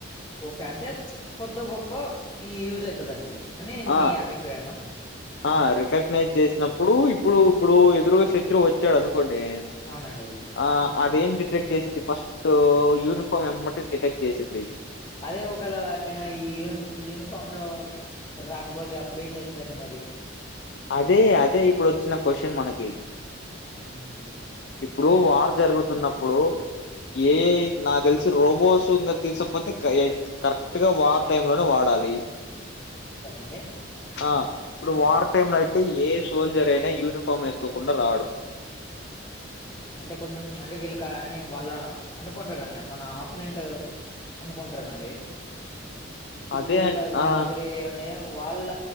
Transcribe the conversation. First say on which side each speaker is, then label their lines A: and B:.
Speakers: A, on the left; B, on the left.
A: ఓకే అంటే కొద్దో గొప్ప ఈ యూజయితదండి అని నీ
B: ఆ
A: అభిప్రాయ
B: ఆ రికగ్నైజ్ చేసినప్పుడు ఇప్పుడు ఇప్పుడు ఎదురుగా శత్రువు వచ్చాడు అనుకోండి
A: అవునండి
B: ఆ అదేం డిటెక్ట్ చేసిద్ది ఫస్ట్ యూనిఫామ్ ఎమ్మంట డిటెక్ట్ చేసిద్ది
A: అదే ఒకళ ఆయన ఈ యూ యూనిఫామ్ లో రాకపోతే అప్పుడేం చేస్తుందండి మరి
B: అదే అదే ఇప్పుడు వచ్చిన క్వషన్ మనకి
A: హ్మ్.
B: ఇప్పుడు వార్ జరుగుతున్నప్పుడు ఏఐ నా తెలిసి రోబోస్ తీసపోతే కరెక్ట్ గా వారు టైం లోనే వాడాలి
A: సేయండి
B: ఆ ఇప్పుడు వార్ టైమ్ లో అయితే ఏ సోల్జర్ అయినా యూనిఫామ్ వేసుకోకుండా రాడు
A: అంటే కొంచెం అంటే వీళ్ళ కా అని వాళ్ళ అనుకుంటారు కండి మన ఆపోనెంట్ అనుకుంటరు కాండి
B: అదే
A: వీళ్ళకి వీళ్ళ
B: ఆ
A: దగ్గర అ వాళ్ళ